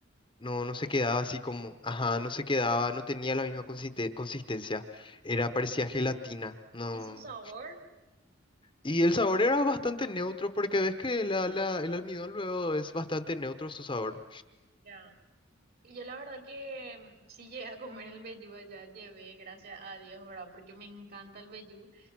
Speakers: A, on the left; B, on the right.
A: No,
B: ¿En
A: no
B: serio?
A: se quedaba así como, ajá, no se quedaba, no tenía la misma consiste- consistencia. Era, parecía gelatina. No.
B: ¿Y su sabor?
A: Y el sabor era bastante neutro, porque ves que la, la, el almidón luego es bastante neutro su sabor.
B: Ya. Y yo la verdad que mm, sí llegué a comer el vellú allá, llevé, gracias a Dios, ¿verdad? Porque me encanta el vellú.